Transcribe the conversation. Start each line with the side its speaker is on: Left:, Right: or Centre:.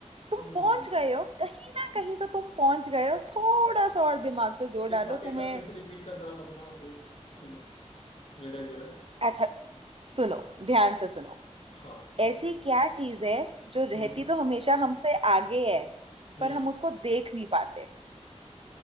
Right: तुम
Left: हम्म
Right: पहुंच गए हो कहीं ना कहीं तो तुम पहुंच गए हो थोड़ा सा और दिमाग पे जोर
Left: एक
Right: डालो
Left: बार एक
Right: तुम्हें
Left: बार फिर से रिपीट करना आप अपना हो मतलब रिडल जो है
Right: अच्छा सुनो ध्यान से सुनो
Left: हाँ
Right: ऐसी क्या चीज है जो रहती
Left: हम्म
Right: तो हमेशा हमसे आगे है
Left: हम्म
Right: पर हम उसको देख नहीं पाते